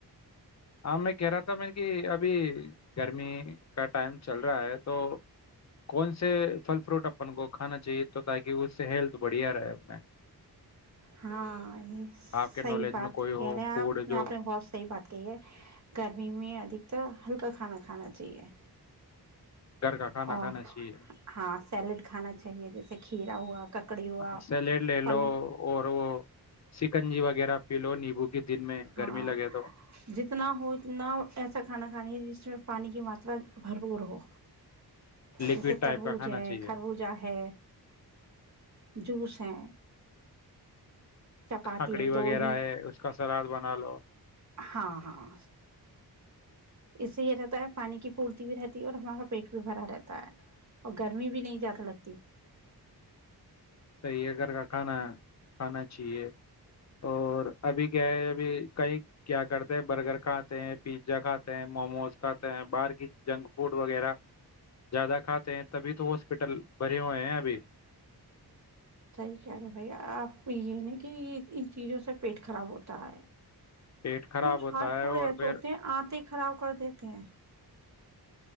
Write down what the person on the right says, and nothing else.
ہاں یہ
صحیح
بات
کہہ رہے ہیں
آپ نے
آپ نے بہت صحیح بات کہی ہے گرمی میں ادھکتر ہلکا کھانا کھانا چاہیے
اور
ہاں سیلیڈ کھانا چاہیے جیسے کھیرا ہوا ککڑی ہوا
پھل
ہاں
جتنا ہو اتنا ایسا کھانا کھا ہے جس میں پانی کی بات ما ترا بھرپور ہو
جیسے
تربوز
ہے
خربوزہ ہے جوس ہے چپاتی
ایک دو
ہی
ہاں ہاں اس سے یہ رہتا ہے پانی کی پورتی بھی رہتی ہے اور ہمارا پیٹ بھی بھرا رہتا ہے اور گرمی بھی نہیں زیادہ لگتی
صحیح کہہ رہے بھائی آپ یہ نہیں کہ ان چیزوں سے پیٹ خراب ہوتا ہے
کچھ
فاسٹ
فوڈ
ایسے
ہوتے ہیں آنتے خراب کر دیتے ہیں